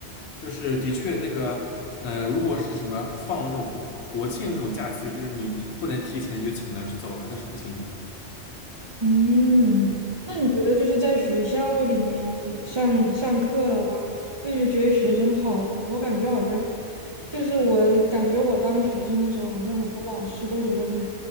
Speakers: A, on the left; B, on the right.
A: 就是的确那个，呃，如果是什么放这种国国庆那种假期，就是你不能提前就请了就走了，那是不行的。
B: 嗯，那你觉得就是在学校里面上上课的话，
A: 嗯
B: 就是觉得学生好玩吗？我感觉好像，就是我感觉我当学生的时候，好像我的老师都觉得这